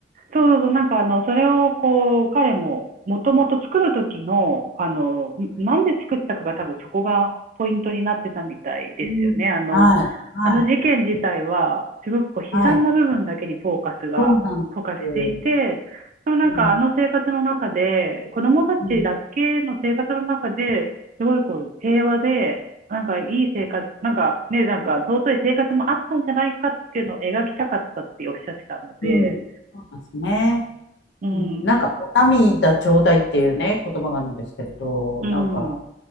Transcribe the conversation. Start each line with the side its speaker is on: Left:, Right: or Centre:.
Right: そうそうそう、なんかあの、それをこう、彼も、もともと作る時の、あの、なんで作ったかが多分そこがポイントになってたみたいですよね。
Left: うん。
Right: あの、
Left: はい。はい。
Right: あの事件自体は、すごくこう悲惨な部分だけにフォーカスが、
Left: はい。そうなんですよ。
Right: フォーカスしていて、でもなんかあの生活の中で、
Left: うん。
Right: 子供たちだけの生活の中で、
Left: うん。
Right: すごいこう平和で、なんかいい生活、なんかね、なんか尊い生活もあったんじゃないかっていうのを描きたかったっておっしゃってたので、
Left: うん。そうですね。
Right: うん、
Left: うん。なんか、お涙ちょうだいっていうね、言葉があるんですけれど、
Right: うん。
Left: なんか、